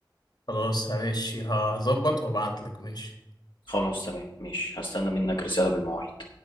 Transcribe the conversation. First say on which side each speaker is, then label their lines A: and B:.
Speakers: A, on the left; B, on the left.
A: خلاص ماشي هظبط وابعتلك ماشي
B: خلاص تمام ماشي هستنى منك رسالة بالمواعيد